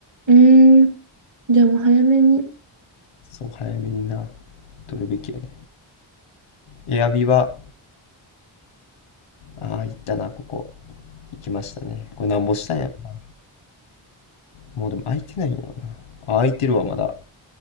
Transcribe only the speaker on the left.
そう、早めにな、取るべきやね。エアビは、ああ、行ったな、ここ。行きましたね。これなんぼしたんやろもうでも開いてないんやろな。あ、開いてるわ、まだ。